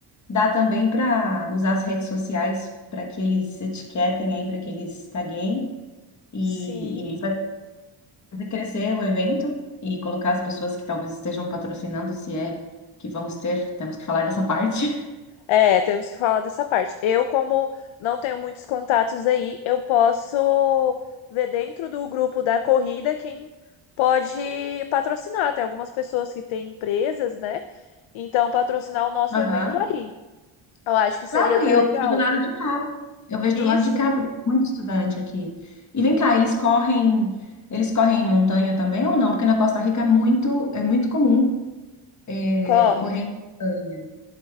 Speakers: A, on the left; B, on the left.
A: dá também para usar as redes sociais para que eles etiquetem aí, para que eles taguem. E,
B: Sim.
A: e aí fazer crescer o evento e colocar as pessoas que talvez estejam patrocinando, se é que vamos ter, temos que falar dessa parte.
B: É, temos que falar dessa parte. Eu, como não tenho muitos contatos aí, eu posso ver dentro do grupo da corrida quem pode patrocinar. Tem algumas pessoas que têm empresas, né? Então, patrocinar o nosso
A: <laughs> Aham.
B: evento aí. Eu acho que seria
A: Claro,
B: até
A: e eu
B: legal.
A: vejo do lado de cá. Eu vejo do lado
B: Isso,
A: de cá, porque tem muito estudante aqui. E vem cá, eles correm, eles correm em montanha também ou não? Porque na Costa Rica é muito, é muito comum é,
B: correm.
A: correr em montanha.